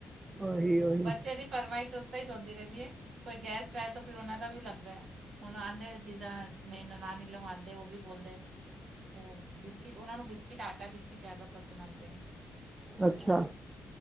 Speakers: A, on the right; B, on the right.
A: ਉਹੀ ਉਹੀ
B: ਬੱਚੇ ਦੀ ਫਰਮਾਇਸ਼ ਓਸ <unintelligible> ਹੋਂਦੀ ਰਹਿੰਦੀ ਏ, ਕੋਈ ਗੈਸਟ ਆਏ ਤਾਂ ਫਿਰ ਓਨਾਂ ਦਾ ਵੀ ਲੱਗਦਾ ਐ, ਹੁਨ ਆਂਦੇ ਨੇ ਜੀ ਮੇਰੀ ਨਨਾਨੀ ਲੋਕ ਆਂਦੇ ਓ ਵੀ ਬੋਲਦੇ ਓ ਬਿਸਕਿਟ ਓਨਾਂ ਨੂੰ ਬਿਸਕਿਟ, ਆਟਾ ਬਿਸਕਿਟ ਜਾਦਾ ਪਸੰਦ ਆਂਦੇ ਐ।
A: ਅੱਛਾ।